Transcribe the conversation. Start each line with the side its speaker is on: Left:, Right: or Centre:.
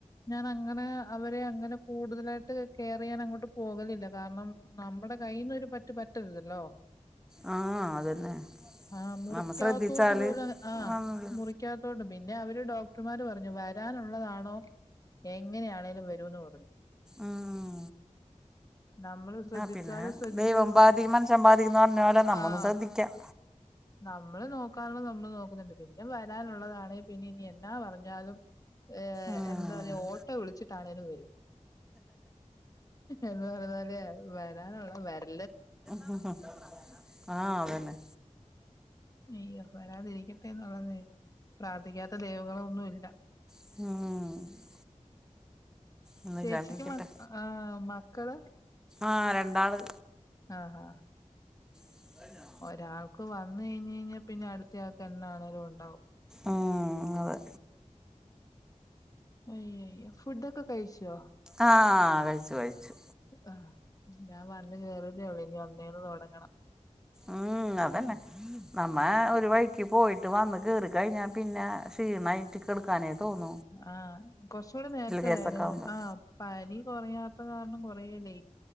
Left: ഞാൻ അങ്ങനെ അവരെ അങ്ങനെ കൂടുതലായിട്ട് കെയർ ചെയ്യാൻ അങ്ങോട്ട് പോകലില്ല കാരണം നമ്മുടെ കയ്യിന്ന് ഒര് പറ്റ് പറ്റരുതല്ലോ
Centre: ആ അതന്നെ
Left: ആ മുറിക്കാത്തോട്ട്
Centre: നമ്മൾ ശ്രദ്ധിച്ചാൽ
Left: പോല ആഹ
Centre: നന്നല്ലേ
Left: മുറി ക്കാത്തോണ്ട് പിന്നെ അവര് ഡോക്ടർമാർ പറഞ്ഞു വരാനുള്ളതാണോ എങ്ങനെയാണേങ്കലും വരുന്ന് പറഞ്ഞു
Centre: ആഹ ആ
Left: നമ്മള് ശ്രദ്ധിച്ചാലും
Centre: പിന്നെ
Left: ശ്രദ്ധിച്ചില്ലങ്കിലും
Centre: ദൈവം ബാധിക്കും മനുഷ്യൻ ബാധിക്കുന്ന പറഞ്ഞ പോലെ നമ്മൊന്ന്
Left: ആഹ
Centre: ശ്രദ്ധിക്കാം
Left: നമ്മള് നോക്കാാനുള്ളത് നമ്മള് നോക്കുന്നുണ്ട് പിന്നെ വരാനുള്ളതാണങ്കി പിന്നെ ഇനി എന്താ പറഞ്ഞാലും ഏ...
Centre: ഉം.
Left: എന്താ പറയാ ഓട്ടോ വിളിച്ചിട്ടാണേിലും വരും എന്ന് പറഞ്ഞപോലെയായി വരാനുള്ളത് വരട്ടെ
Centre: ഹ് -ഹ് ആഹ അതെന്നെ
Left: അയ്യോ വരാതിരിക്കട്ടെ എന്നുള്ളത് പ്രാർത്ഥിക്കാത്ത ദൈവങ്ങളൊന്നുല്ല
Centre: ഉം ഒന്നും
Left: ചേച്ചിക്ക്
Centre: ഇല്ലാണ്ടിരിക്കട്ടെ
Left: മ ആ മക്കള്?
Centre: ആ രണ്ടാള്
Left: ആഹ ആഹ
Centre: <unintelligible>
Left: ഒരാൾക്ക് വന്ന് കയിഞ്ഞ് കയിഞ്ഞാൽ പിന്നെ അടുത്തയാൾക്ക് എന്നാണെങ്കിലും ഉണ്ടാവും
Centre: ആ അതെ
Left: അയ്യോയ്യോ ഫുഡൊക്കെ കയിച്ചോ?
Centre: ആഹ കഴിച്ചു കഴിച്ചു
Left: ആഹ ഞാൻ വന്ന് കേറിതേള്ളൂ ഇനി ഒന്നേന്ന് തുടങ്ങണം
Centre: ഉം അതന്നെ നമ്മ ഒരു വഴിക്ക് പോയിട്ട് വന്ന് കേറി കഴിഞ്ഞാ പിന്നെ ക്ഷീണായിട്ട് കിടക് ക്കാനേ തോന്നു
Left: ആഹ് കൊറച്ചുകൂടി നേരത്തെ വരായിരുന്നു
Centre: കേസൊക്കെ ആകുമ്പോൾ
Left: ആഹ പനി കുറയാത്ത കാരണം കുറേ ലേ